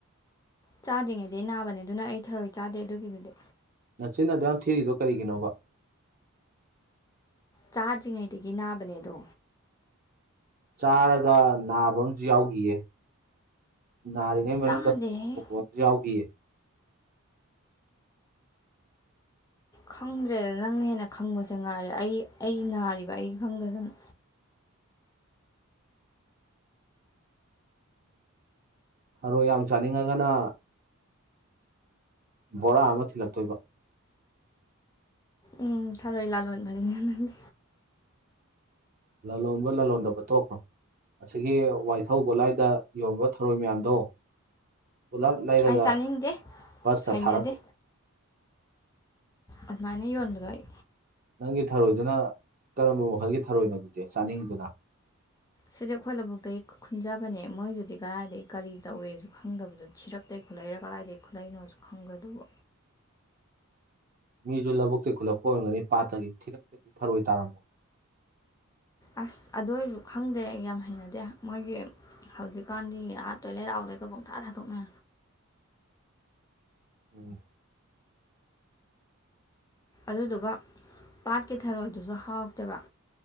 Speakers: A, on the left; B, on the right.
A: ꯆꯥꯗ꯭ꯔꯤꯉꯩꯗ ꯅꯥꯕꯅꯦ ꯑꯗꯨꯅ ꯑꯩ ꯊꯔꯣꯏ ꯆꯥꯗꯦ ꯑꯗꯨꯒꯤꯗꯨꯗꯤ
B: ꯃꯆꯤꯟꯟꯅꯗ ꯌꯥꯝ ꯊꯤꯔꯤꯗꯣ ꯀꯔꯤꯒꯤꯅꯣꯕ
A: ꯆꯥꯗ꯭ꯔꯤꯉꯩꯗꯒꯤ ꯅꯥꯕꯅꯦꯗꯣ
B: ꯆꯥꯔꯒ ꯅꯥꯕ ꯑꯃꯁꯝꯨ ꯌꯥꯎꯈꯤꯌꯦ ꯅꯥꯔꯤꯉꯩ ꯃꯅꯨꯡꯗꯄ
A: ꯆꯥꯗꯦꯍꯦ
B: ꯑꯃꯁꯨ ꯌꯥꯎꯈꯤꯌꯦ
A: ꯈꯪꯗ꯭ꯔꯦꯗ ꯅꯪꯅ ꯍꯦꯟꯅ ꯈꯪꯕꯁꯦ ꯉꯥꯏꯔꯦ ꯑꯩ ꯑꯩ ꯅꯥꯔꯤꯕ ꯑꯩ ꯈꯪꯗꯗꯅ
B: ꯊꯔꯣꯏ ꯌꯥꯝ ꯆꯥꯅꯤꯡꯉꯒꯅ ꯕꯣꯔꯥ ꯑꯃ ꯊꯤꯜꯂꯛꯇꯣꯏꯕ
A: ꯎꯝ ꯊꯔꯣꯏ ꯂꯥꯂꯂꯣꯟꯕꯅꯤ
B: ꯂꯂꯣꯟꯕ ꯂꯂꯣꯟꯗꯕ ꯇꯣꯛꯈ꯭ꯔꯣ ꯑꯁꯤꯒꯤ ꯋꯥꯏꯊꯧ ꯒꯣꯂꯥꯏꯗ ꯌꯣꯟꯕ ꯊꯧꯔꯣꯏ ꯃꯌꯥꯝꯗꯣ ꯄꯨꯂꯞ ꯂꯩꯔꯒ
A: ꯑꯩ ꯆꯥꯅꯤꯡꯗꯦ
B: ꯕꯁꯇ
A: ꯍꯩꯅꯗꯦ
B: ꯊꯥꯔꯛꯄꯅꯤ
A: ꯑꯗꯨꯃꯥꯏꯅ ꯌꯣꯟꯕꯗꯣ ꯑꯩ
B: ꯅꯪꯒꯤ ꯊꯔꯣꯏꯗꯨꯅ ꯀꯔꯝꯕ ꯃꯈꯜꯒꯤ ꯊꯔꯣꯏꯅꯣ ꯑꯗꯨꯗꯤ ꯆꯥꯅꯤꯡꯉꯤꯗꯨꯅ
A: ꯁꯤꯁꯦ ꯑꯩꯈꯣꯏ ꯂꯧꯕꯨꯛꯇꯒꯤ ꯈꯨꯟꯖꯕꯅꯦ ꯃꯣꯏꯗꯨꯗꯤ ꯀꯗꯥꯏꯗꯒꯤ ꯀꯔꯤ ꯇꯧꯏꯦꯁꯨ ꯈꯪꯗꯕꯗꯨ ꯊꯤꯔꯛꯇꯦꯣ ꯈꯨꯠꯂꯩꯔꯒꯗꯥꯏꯗꯗꯒꯤ ꯈꯨꯠꯂꯩꯩꯅꯣꯁꯨ ꯈꯪꯗ꯭ꯔꯦ ꯑꯗꯨꯕꯨ
B: <unintelligible> ꯃꯤꯁꯨ ꯂꯧꯕꯨꯛꯇꯤ ꯈꯨꯜꯂꯛꯄ ꯑꯣꯏꯔꯝꯒꯅꯤ ꯄꯥꯠꯇꯒꯤ ꯊꯤꯛꯇ ꯐꯔꯣꯏ ꯇꯥꯔꯝꯃꯣ
A: ꯑꯁ ꯑꯗꯨ ꯑꯣꯏꯔꯁꯨ ꯈꯪꯗꯦ ꯌꯥꯝ ꯍꯩꯅꯗꯦ ꯃꯣꯏꯒꯤ ꯍꯧꯖꯤꯛꯀꯥꯟꯗꯤ ꯑꯥ ꯇꯣꯏꯂꯦꯠ ꯂꯥꯎꯗꯩꯒ ꯄꯪꯊꯥ ꯊꯥꯗꯣꯛꯅ
B: <inaudible> ꯎꯝ
A: ꯑꯗꯨꯗꯨꯒ ꯄꯥꯠꯀꯤ ꯊꯔꯣꯏꯗꯨꯁꯨ ꯍꯥꯎꯇꯦꯕ